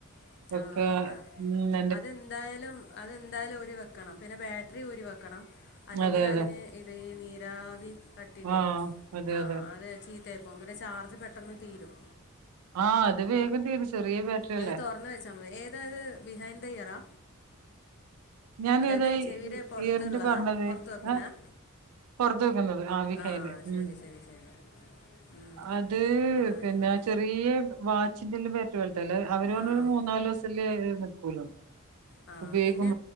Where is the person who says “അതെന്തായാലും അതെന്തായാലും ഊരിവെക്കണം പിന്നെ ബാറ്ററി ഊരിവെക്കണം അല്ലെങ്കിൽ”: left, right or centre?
Left